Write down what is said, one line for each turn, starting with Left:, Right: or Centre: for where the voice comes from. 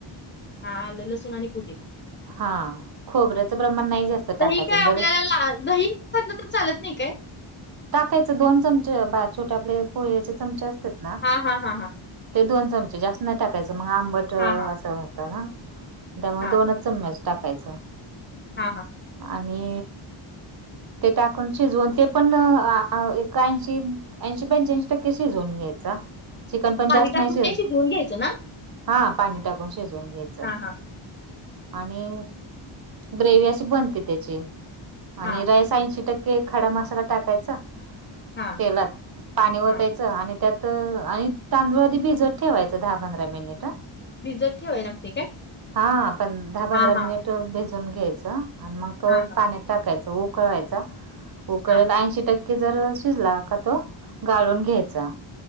Left: हा आलं लसूण आणि पुदिना
Right: हा खोबऱ्याचं प्रमाण नाही जास्त टाकायचं
Left: दही काय
Right: जर
Left: आपल्याला ला दही घातलं तर चालत नाही काय? <inaudible>
Right: टाकायचं दोन चमचे, बा छोटे आपले पोहेचे चमचे असतात. ना
Left: हा हा हा हां
Right: ते दोन चमचे जास्त नाही टाकायचं मग आंबट असं
Left: हां, हां.
Right: होतं ना त्यामुळे
Left: हां.
Right: दोन चम्मच टाकायचा.
Left: हा हा
Right: आणि ते टाकून शिजवून ते पण एक ऐंशी ऐंशी पंच्याऐंशी टक्के शिजून घ्यायचा, चिकन पण जास्त
Left: पाणी
Right: नाही
Left: टाकून
Right: शिज
Left: ते शिजवून घ्यायचं ना?
Right: हा पाणी टाकून शिजवून घ्यायच.
Left: हा हा
Right: आणि ग्रेवी अशी बनते त्याची आणि
Left: हां.
Right: राईस ऐंशी टक्के खडा मसाला टाकायचा
Left: हां.
Right: तेलात, पाणी वतायचं
Left: हां,
Right: आणि त्यात आणि तांदूळ आधी भिजत ठेवायचं दहा पंधरा मिनिट
Left: भिजत ठेवाय लागते काय
Right: हा पण दहा पंधरा
Left: हां,
Right: मिनिट
Left: हां,
Right: भिजून घ्यायचं आणि मग तो
Left: हां, हां,
Right: पाण्यात टाकायच उकवायचा उकला
Left: हां,
Right: ऐशी टक्क जर शिजला का तो गाळून घ्यायचा